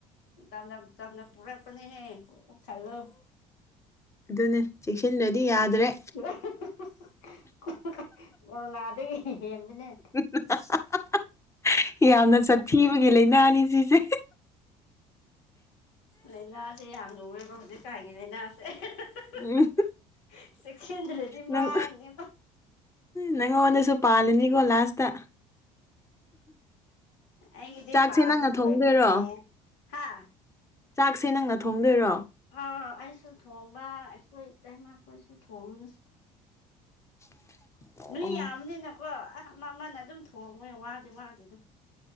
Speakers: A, on the left; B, on the left.
A: ꯇꯅ ꯇꯅ ꯄꯨꯔꯛꯄꯅꯦ ꯍꯦ ꯈꯜꯂ꯫
B: ꯑꯗꯨꯅꯦ ꯆꯦꯛꯁꯤꯟꯗ꯭ꯔꯗꯤ ꯌꯥꯗ꯭ꯔꯦ꯫
A: <unintelligible> ꯅꯗꯒꯤ ꯍꯦꯟꯗꯅꯦ꯫
B: <unintelligible> ꯌꯥꯝꯅ ꯆꯊꯤꯕꯒꯤ ꯂꯥꯏꯅꯥꯅꯤ ꯁꯤꯁꯦ꯫
A: ꯂꯥꯏꯅꯥꯁꯦ ꯌꯥꯝ ꯂꯋꯦꯕ ꯍꯧꯖꯤꯛꯀꯥꯟꯒꯤ ꯂꯥꯏꯅꯥꯁꯦ꯫ <unintelligible>
B: ꯎꯝ
A: ꯆꯦꯛꯁꯤꯟꯗ꯭ꯔꯗꯤ
B: ꯅꯪ
A: ꯃꯥꯡꯅꯦ
B: ꯅꯪꯉꯣꯟꯗꯁꯨ ꯄꯥꯜꯂꯅꯤꯀꯣ ꯂꯥꯁꯇ꯫
A: ꯑꯩꯒꯗꯤ
B: ꯆꯥꯛꯁꯦ
A: ꯄ
B: ꯅꯪꯅ
A: ꯃ
B: ꯊꯣꯡꯗꯣꯏꯔꯣ
A: ꯍꯣꯏ ꯀꯔꯗꯦ ꯍꯥ꯫
B: ꯆꯥꯛꯁꯦ ꯅꯪꯅ ꯊꯣꯡꯗꯣꯏꯔꯣ꯫
A: ꯑꯥ ꯑꯩꯁꯨ ꯊꯣꯡꯕ ꯑꯈꯣꯏ ꯏꯇꯩꯃꯈꯣꯏꯁꯨ ꯊꯣꯡꯉꯤ꯫
B: <unintelligible> ꯑꯣ
A: ꯃꯤ
B: ꯑꯣ
A: ꯌꯥꯝꯕꯅꯤꯅꯀꯣ ꯑ ꯑꯃ ꯑꯃꯅ ꯑꯗꯨꯝ ꯊꯣꯡꯕꯣꯏ ꯋꯥꯗꯤ ꯋꯥꯗꯅ꯫